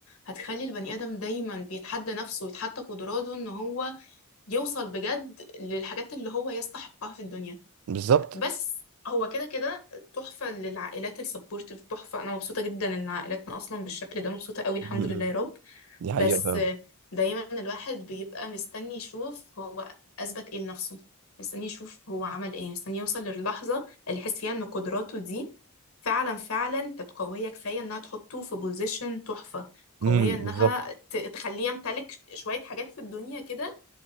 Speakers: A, on the left (about 70°); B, on the right (about 65°).
A: هتخلي البني آدم دايما بيتحدى نفسه ويتحدى قدراته إن هو يوصل بجد للحاجات اللي هو يستحقها في الدنيا
B: بالظبط
A: بس هو كده كده تحفة للعائلات السبورتيف تحفة أنا مبسوطة جدا إن عائلاتنا أصلا بالشكل ده مبسوطة قوي الحمد
B: م-م.
A: لله يا رب
B: دي حقيقه
A: بس
B: فعلا
A: دايما الواحد بيبقى مستني يشوف هو أثبت إيه لنفسه مستني يشوف هو عمل إيه مستني يوصل للحظة اللي يحس فيها إن قدراته دي فعلا فعلا كانت قوية كفاية إنها تحطه في بوزيشن تحفة قوية
B: امم
A: إنها
B: بالظبط
A: ت- تخليه يمتلك شوية حاجات في الدنيا كده